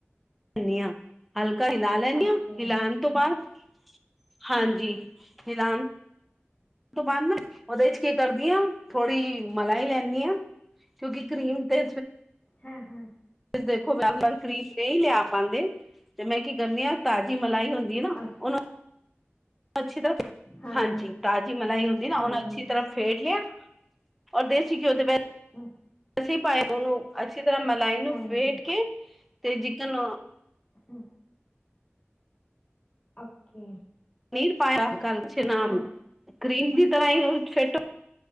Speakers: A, in the centre; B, on the left.
A: ਲ ਹ ਹਲਕਾ ਹਿਲਾ ਲੈਂਦੀ
B: ਓਕੇ
A: ਹਾਂ ਹਿਲਾਉਣ ਤੋਂ ਬਾਅਦ ਹਾਂਜੀ
B: ਹਮ ਹਮ
A: ਹਿਲਾਨ ਤੋਂ ਬੰਦ ਉਹਦੇ ਚ ਕੀ ਕਰਦੀ ਹ ਥੋੜ੍ਹੀ ਮਲਾਈ ਲੈਂਦੀ ਹਾਂ। ਕਿਉਂਕਿ ਕਰੀਮ ਤੇ
B: ਹਾਂ ਹਾਂ।
A: ਦੇਖੋ ਬ ਵਾਰ ਕਰੀਮ ਨਹੀਂ ਲਿਆ ਪਾਉਂਦੇ ਤੇ ਮੈਂ ਕੀ ਕਰਨੀ ਆ ਤਾਜ਼ੀ ਮਲਾਈ ਹੁੰਦੀ ਹੈ ਨਾ
B: ਅੱਛਾ
A: ਉਹਨੂੰ ਅੱਛੀ ਤਰ੍ਹਾਂ
B: ਹਾਂ
A: ਹਾਂਜੀ
B: ਹਾਂ
A: ਤਾਜ਼ੀ ਮਲਾਈ ਹੁੰਦੀ ਨਾ
B: ਹਮ
A: ਉਹਨੂੰ ਅੱਛੀ
B: ਹਮ
A: ਤਰ੍ਹਾਂ ਫੇਡ ਲਿਆ ਔਰ ਦੇਸੀ ਘਿਓ ਦੇ ਪੈਸ
B: ਹਮ।
A: ਅੱਸੀਂ ਪਾਏ ਉਹਨੂੰ ਅੱਛੀ ਤਰ੍ਹਾਂ ਮਲਾਈ ਨੂੰ
B: ਹਾਂਜੀ
A: ਫੇਟ ਕੇ ਤੇ ਜਿਕਨ
B: ਹੂੰ ਓਕੇ
A: ਨੀਰ ਪਾਇਆ ਕਛ ਨਾ
B: ਹਾਂ
A: ਕ੍ਰੀਮ ਦੀ ਤਰ੍ਹਾਂ ਹੀ ਫੈਨਟੋ